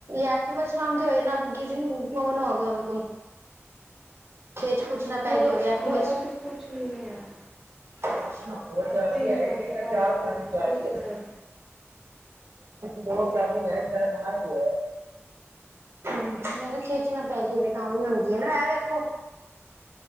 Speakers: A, on the right; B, in the centre.
A: ਐਕਟਿਵਾ ਚਲਾਂਦੇ ਹੋਏ ਨਾ ਗਿਰੀ, ਓ ਨਾ ਹੋ ਗਿਆ ਹੋਵੇ ਕੁਛ, ਖੇਚ-ਖੁੱਚ। ਜਿਨ੍ਹਾਂ ਪੈ
B: ਹੋ
A: ਗਈ ਹੋਵੇ ਐਕਟਿਵਾ
B: ਹੋਇਆ
A: ਚ
B: ਤੇ ਕੁਛ ਵੀ ਨਹੀਂ ਹੈ
A: ਹੋਰ ਚਰਾਤੀ
B: ਆਪੇ ਹੀ
A: ਹੈ ਈ
B: ਦਰਦ
A: ਨਹੀ, ਏ ਕਹਿੰਦਾ
B: ਕਰਨ
A: ਚਾਰ
B: ਸ਼ੁਰੂ
A: ਪੰਜ
B: ਹੋ ਗਈ
A: ਚਰਾਤੀ
B: ਸੀ ਉਸੇ
A: ਹੈ
B: ਟਾਈਮ
A: ਦੋ ਸ ਲ ਕਰ ਆ <inaudible> ਹੂ, ਮੈਂ ਕਿਹਾ ਖਿੱਚ ਨਾ ਪੈ ਗਈ ਹੋਵੇ ਤਾਂ ਵੀ ਹੁੰਦੀ ਹੈਨਾ, ਇਹ ਵੇਖੋ